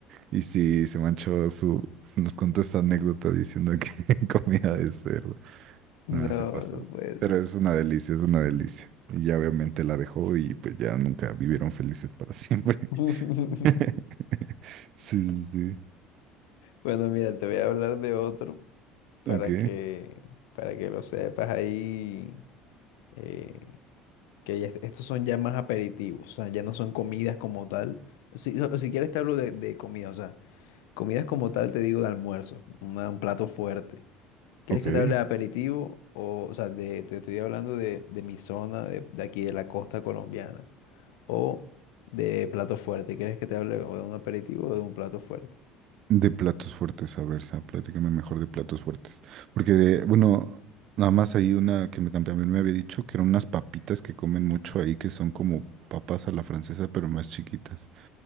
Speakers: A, on the right; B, on the left.
A: y sí, se manchó su, nos contó esta anécdota diciendo que <laughs> comida de cerdo.
B: No,
A: Nada, se pasó.
B: no puede ser.
A: Pero es una delicia, es una delicia. Y ya obviamente la dejó y pues ya nunca vivieron felices para siempre.
B: <laughs>
A: <laughs> Sí, sí, sí.
B: Bueno, mira, te voy a hablar de otro para
A: Ok,
B: que, para que lo sepas ahí. eh, Que ya- estos son ya más aperitivos, o sea, ya no son comidas como tal. O si, o si quieres te hablo de, de comida, o sea, comidas como tal te digo de almuerzo, una- un plato fuerte. ¿Quieres
A: ok.
B: que te hable de aperitivo? O, o sea, de- te estoy hablando de, de mi zona, de, de aquí de la costa colombiana. O de plato fuerte. ¿Quieres que te hable o de un aperitivo o de un plato fuerte?
A: De platos fuertes, a ver, Sa, platícame mejor de platos fuertes. Porque, de- bueno, nada más hay una que me, tam- también me había dicho que eran unas papitas que comen mucho ahí, que son como papas a la francesa, pero más chiquitas.